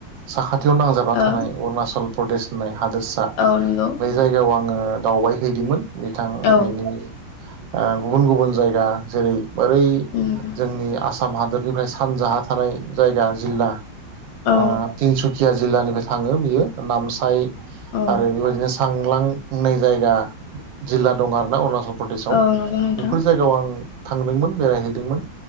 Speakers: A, on the right; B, on the left.
A: साखाथियाव नांजाबना
B: ओ
A: थानाय अरुणाचल प्रदेश होननाय हादोरसा
B: औ नंगौ
A: बे जायगायाव आङो दावबाय हैैदोंमोन। बिथां
B: औ
A: बेनि ओ गुबुन गुबुन जायगा जेरै ओरै
B: उम
A: जोंनि आसाम हादोरनिफ्राय सानजाहा थानाय जायगा जिल्ला ओ
B: औ
A: तिनसुकिया जिल्लानिफ्राय थाङो बियो नामसाय
B: औ
A: आरो बेबायदिनो सांलां होननाय जायगा जिल्ला दङ आरोना अरुणाचल प्रदेशआव
B: औ नंगौ नोंथां
A: बेफोर जायगायाव आं थांदोंमोन बेरायहैदोंमोन